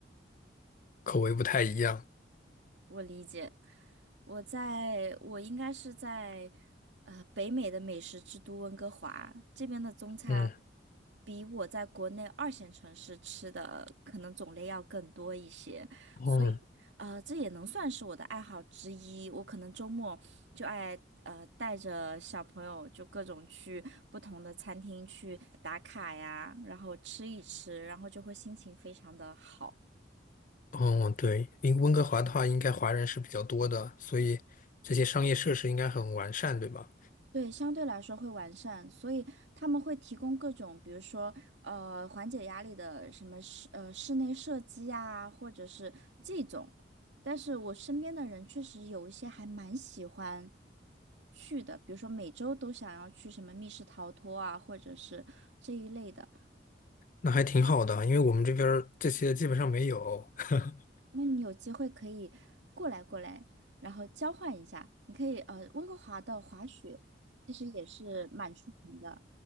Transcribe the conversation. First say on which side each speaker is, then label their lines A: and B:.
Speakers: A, on the left; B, on the right.
A: 口味不太一样。
B: 我理解，我在我应该是在呃北美的美食之都温哥华这边的中餐，
A: 嗯，
B: 比我在国内二线城市吃的可能种类要更多一些，
A: 嗯
B: 所以呃这也能算是我的爱好之一。我可能周末就爱呃带着小朋友就各种去不同的餐厅去打卡呀，然后吃一吃，然后就会心情非常的好。
A: 嗯，对，因为温哥华的话，应该华人是比较多的，所以这些商业设施应该很完善，对吧？
B: 对，相对来说会完善，所以他们会提供各种，比如说，呃，缓解压力的什么室呃室内射击啊，或者是这种。但是我身边的人确实有一些还蛮喜欢去的，比如说每周都想要去什么密室逃脱啊，或者是这一类的。
A: 那还挺好的，因为我们这边儿这些基本上没有。<laughs>
B: 那你有机会可以过来过来，然后交换一下。你可以呃，温哥华的滑雪其实也是蛮出名的。